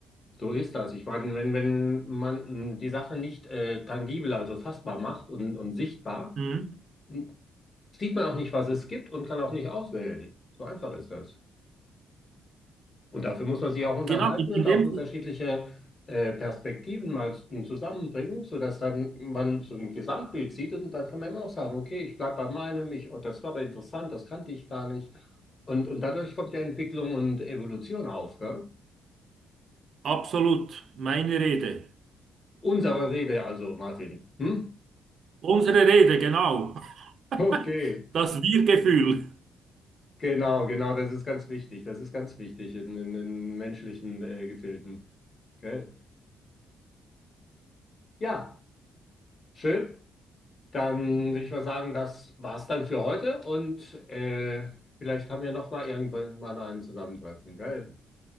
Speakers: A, on the left (about 35°); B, on the right (about 60°).
A: So ist das. Ich meine, wenn, wenn man mh, die Sache nicht äh, tangibel, also fassbar macht und, und sichtbar,
B: Mhm.
A: mh, sieht man auch nicht, was es gibt und kann auch nicht auswählen. So einfach ist das. Und dafür muss man sich auch unterhalten
B: Genau, in
A: und
B: in dem
A: auch unterschiedliche äh, Perspektiven mal z- zusammenbringen, sodass dann man so ein Gesamtbild sieht und dann kann man immer noch sagen, okay, ich bleibe bei meinem, ich, oh, das war aber interessant, das kannte ich gar nicht. Und, und dadurch kommt ja Entwicklung und Evolution auf, gell?
B: absolut meine Rede.
A: Unsere Rede also, Martin. Hm?
B: Unsere Rede, genau. <laughs>
A: Okay,
B: Das Wir-Gefühl.
A: genau, genau, das ist ganz wichtig. Das ist ganz wichtig in, in, in menschlichen äh, Gefilden. Gell? Ja, schön. Dann würde ich mal sagen, das war's dann für heute und äh, vielleicht haben wir noch mal irgendwann mal ein Zusammentreffen, gell?